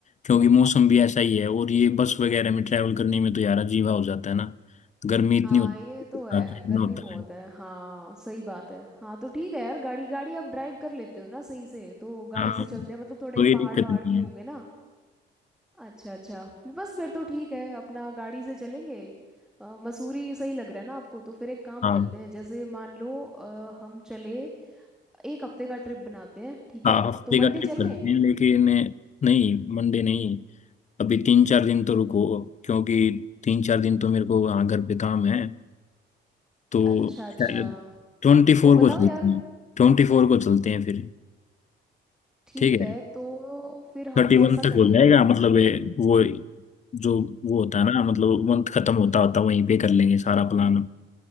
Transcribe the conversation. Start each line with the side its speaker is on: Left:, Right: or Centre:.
Left: क्योंकि मौसम भी ऐसा ही है और ये बस वगैरह में ट्रैवल करने में तो यार अजीबा हो जाता है ना गर्मी इतनी
Centre: हाँ
Left: होती
Centre: ये तो है
Left: है इतना
Centre: गर्मी
Left: होता
Centre: बहुत
Left: है
Centre: है हाँ सही बात है हाँ तो ठीक है यार गाड़ी गाड़ी आप ड्राइव कर लेते हो ना सही से तो गाड़ी
Left: हाँ
Centre: से चलते हैं मतलब थोड़े
Left: तो
Centre: पहाड़
Left: ये दिक्कत
Centre: वहाड़
Left: नहीं
Centre: भी होंगे
Left: है
Centre: ना अच्छा अच्छा बस फिर तो ठीक है अपना गाड़ी से चलेंगे अ, मसूरी सही लग रहा है ना आपको तो फिर एक काम
Left: हाँ
Centre: करते हैं जैसे मान लो अ, हम चले एक हफ्ते का ट्रिप बनाते हैं ठीक
Left: हाँ
Centre: है
Left: हफ्ते
Centre: तो मंडे
Left: का ट्रिप
Centre: चल
Left: करते
Centre: लें
Left: हैं लेकिन नहीं मंडे नहीं अभी तीन चार दिन तो रुको क्योंकि तीन चार दिन तो मेरे को वहाँ घर पे काम है तो
Centre: अच्छा अच्छा
Left: शायद ट्वेंटी फोर
Centre: तो बताओ
Left: को चलते
Centre: यार
Left: हैं ट्वेंटी फोर को चलते हैं फिर
Centre: ठीक
Left: ठीक
Centre: है
Left: है
Centre: तो फिर हम
Left: थर्टी वन
Centre: ऐसा
Left: तक
Centre: करेंगे
Left: हो जाएगा मतलब ये वो जो वो होता है ना मतलब मंथ खत्म होता होता वहीं पे कर लेंगे सारा प्लान